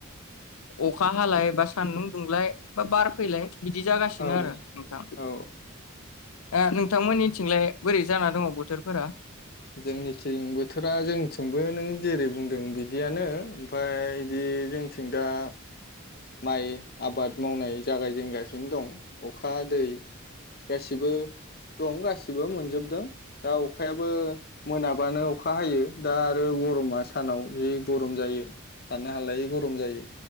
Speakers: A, on the left; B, on the left.
A: अ खा हालाय बा सान्दुं दुंलाय बा बार फैलाय बिदि जागासिनो
B: औ
A: आरो नोंथां
B: औ
A: ओ नोंथांमोननिथिंलाय बोरै जाना दङ बोथोरफोरा
B: जोंनिथिं बोथोरा जोंनिथिंबो नों जेरै बुंदों बिदियानो ओमफ्राय बिदि जोंनिथिं दा माइ आबाद मावनाय जागायजेनगासिनो दं अखा दै गासिबो दं गासिबो मोनजोबदों दा अखायाबो मोनाबानो अखा हायो दा आरो गरमा सानाव जि गरम जायो थानो हालायै गरम जायो